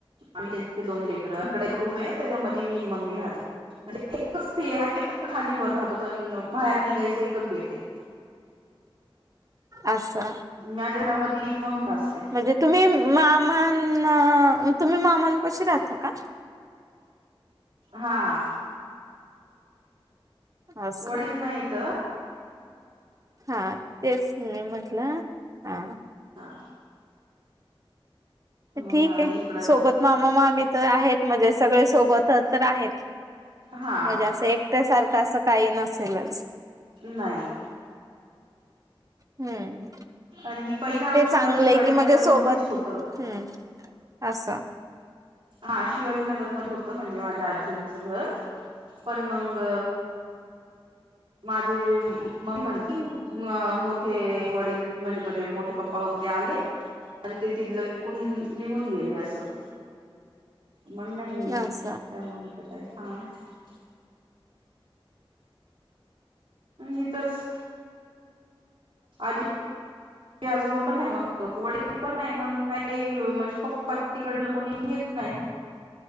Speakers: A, on the right; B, on the right.
A: आणि त्यांचे दोन लेकर कडे एक रूम आहे, त्याच्यामध्ये मी आणि मम्मी राहते. म्हणजे एकच <unintelligible> फक्त खाली वर राहतो तर बाहेर निघायचं एकच गेट आहे.
B: असा
A: माझ्या घरामध्ये मी आणि मम्मी असते.
B: म्हणजे तुम्ही मामान तुम्ही मामांपशी राहता का?
A: हा हा.
B: असं
A: वडील नाहीत
B: हा तेच मी म्हटलं. हा.
A: हा. मग
B: ठीक
A: आम्ही
B: ये.
A: इकडं
B: सोबत मामा-मामी तर आहेत म्हणजे सगळे सोबतच तर आहेत
A: हा
B: म्हणजे असं एक ते सारखं असं काही नसेलच.
A: नाइ.
B: हम्म.
A: आणि पहिलं आमचं
B: ते चांगलंय
A: घर शिवाजीनगर
B: कि मझे सोबत
A: मध्येच होतं.
B: हम्. असं
A: हा शिवाजीनगर मध्ये होत म्हणजे माझ्याआजीचं घर पण मंग माझे जे म म्ह मोठे वडील म्हणजे-म्हणजे मोठे पप्पा होते ते आले आणि ते तिथलं विकून निघून गेले असं मण नाही
B: असं
A: त्या <unintelligible> हिताचं आजी आजोबा पण नाही मग वडील पण नाही मग काही म्हणजे पप्पा तिकडलं कोणी हेच नाही